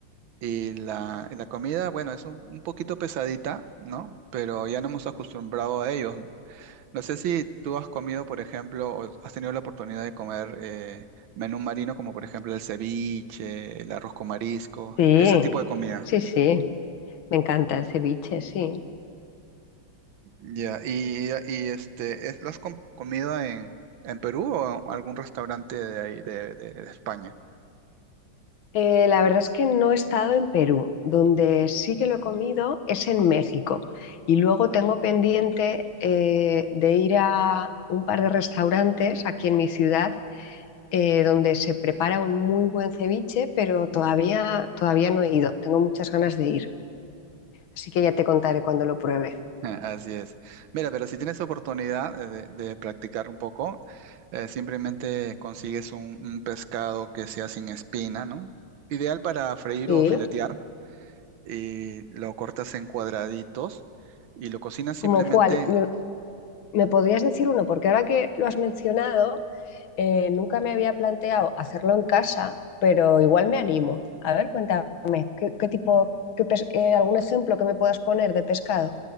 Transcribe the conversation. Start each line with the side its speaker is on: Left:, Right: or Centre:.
Right: Y la, y la comida, bueno, es un, un poquito pesadita, ¿no? Pero ya no hemos acostumbrado a ellos. No sé si tú has comido, por ejemplo, o has tenido la oportunidad de comer eh, menú marino, como por ejemplo el ceviche, el arroz con marisco,
Left: sí,
Right: ese tipo de comida.
Left: sí, sí, me encanta el ceviche, sí.
Right: Ya, Y, y este, ¿es- ¿lo has com- comido en, en Perú o en algún restaurante de ahí, de, de de España?
Left: Eh, la verdad es que no he estado en Perú, donde sí que lo he comido es en México. Y luego tengo pendiente eh, de ir a un par de restaurantes aquí en mi ciudad eh, donde se prepara un muy buen ceviche, pero todavía, todavía no he ido. Tengo muchas ganas de ir. Así que ya te contaré cuando lo pruebe.
Right: <laughs> Así es. Mira, pero si tienes oportunidad eh, de, de practicar un poco, eh, simplemente consigues un, un pescado que sea sin espina, ¿no? Ideal para freír
Left: Sí.
Right: o filetear y lo cortas en cuadraditos y lo cocinas simplemente,
Left: ¿Como cuál? ¿Me, me podrías decir uno? Porque ahora que lo has mencionado, eh, nunca me había planteado hacerlo en casa, pero igual me animo. A ver, cuéntame, ¿qué, qué tipo, qué pes- eh, algún ejemplo que me puedas poner de pescado?